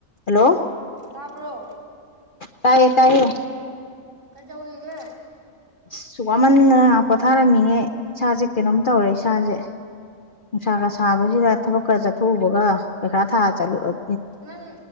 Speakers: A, on the left; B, on the right.
A: hello
B: ꯇꯥꯕ꯭ꯔꯣ
A: ꯇꯥꯏꯌꯦ ꯇꯥꯏꯌꯦ
B: ꯀꯩꯗꯧꯏꯑꯒꯦ
A: ꯑꯁ ꯋꯥꯃꯟꯗꯅ ꯉꯥꯏꯍꯥꯛ ꯄꯣꯊꯥꯔꯝꯃꯤꯉꯦ ꯏꯁꯥꯁꯦ ꯀꯩꯅꯣꯝ ꯇꯧꯔꯦ ꯏꯁꯥꯁꯦ ꯅꯨꯡꯁꯥꯒ ꯁꯥꯕꯁꯤꯗ ꯊꯕꯛ ꯈꯔꯥ ꯆꯠꯊꯣꯛꯎꯕꯒ ꯄꯩꯈꯥ ꯊꯥ ꯆꯠꯂꯨ ꯑꯥ
B: ꯅꯪ